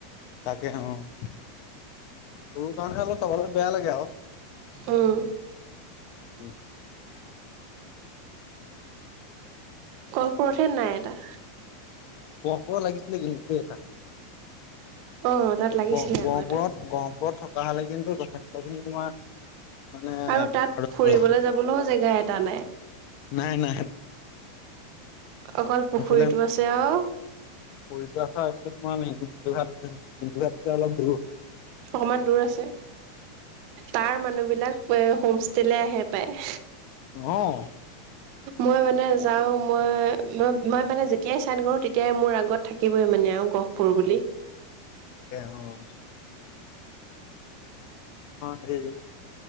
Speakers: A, on the left; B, on the right.
A: তাকে অ সৰু গান খে অল চবলৈ বেয়া লাগে আৰু
B: উম।
A: উ
B: গহপুৰতহে নাই এটা।
A: ক' লাগিছিলে কিন্তু এটা।
B: অ তাত লাগিছিলে
A: গ গহপুৰত-গহপুৰত
B: আকৌ এটা
A: থকা হলে কিন্তু যথেষ্টখিনি তোমাৰ মানে
B: আৰু
A: বেপাৰ
B: তাত ফুৰিবলৈ
A: ভাল
B: যাবলৈও জেগা এটা নাই
A: নাই - নাই।
B: অকল পুখুৰীটো
A: সেইফালে কৰি
B: আছে আৰু
A: থোৱা হয় কোমাল অলপ ধৰি
B: অকমান দূৰ আছে তাৰ মানুহবিধ বিলাক হোম ষ্টেলে আহে পায়
A: অ',
B: মই মানে যাও। মই - মই মানে যেতিয়াই চাইন কৰো তেতিয়াই মোৰ আগত থাকিবই মানে আৰু গহপুৰ বুলি।
A: দে অহ', অহ', সেইটো